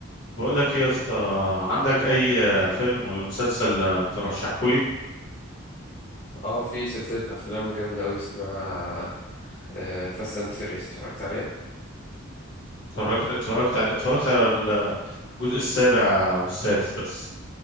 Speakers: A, on the left (about 60°); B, on the left (about 35°).
A: بقول لك ايه يا اسطى عندك اي فيلم ولا مسلسل ترشحه لي
B: اه في سلسلة أفلام جامدة أوي اسمها فاست أند فيريوس اتفرجت عليها
A: اتفرجت اتفرجت على اتفرجت على الجزء السابع والسادس بس